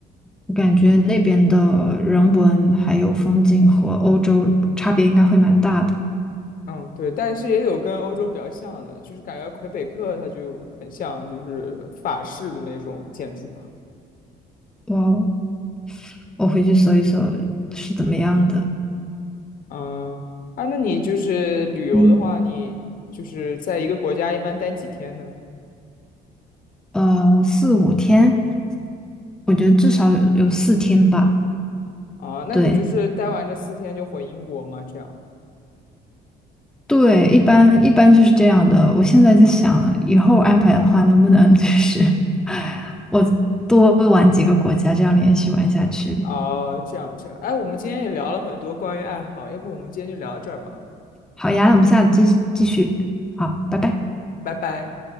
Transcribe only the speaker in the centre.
我感觉那边的人文还有风景和欧洲差别应该会蛮大的。
哇哦，我回去搜一搜是怎么样的。
嗯，
呃，四五天，我觉得至少有有四天吧。
对
对，一般一般就是这样的。我现在在想，以后安排的话，能不能就是 <laughs> 我多玩几个国家，这样连续玩下去。
好呀，我们下次继继续。好，拜拜。